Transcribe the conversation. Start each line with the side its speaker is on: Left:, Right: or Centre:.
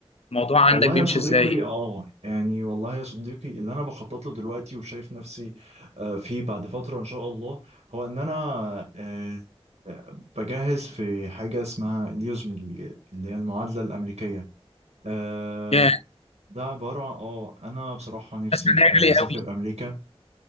Left: الموضوع عندك
Right: والله
Left: بيمشي
Right: يا صديقي
Left: ازاي؟
Right: اه يعني والله يا صديقي اللي انا بخطط له دلوقتي وشايف نفسي آه، فيه بعد فترة ان شاء الله هو ان انا آه، بجهز في حاجة اسمها اليوزملي اللي هي المعادلة الأمريكية آه،
Left: يا،
Right: ده عبارة اه انا بصراحة نفسي
Left: اسمع انها
Right: آه،
Left: غاليه
Right: اسافر
Left: قوي
Right: امريكا